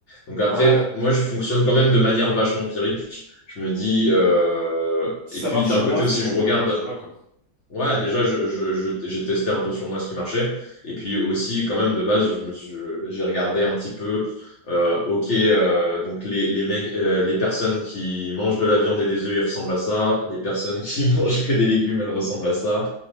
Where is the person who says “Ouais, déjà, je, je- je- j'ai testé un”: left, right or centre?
Left